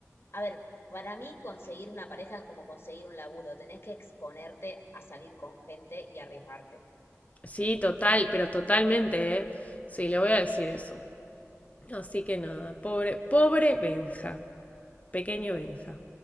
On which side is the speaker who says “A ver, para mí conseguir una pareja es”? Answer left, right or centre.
Left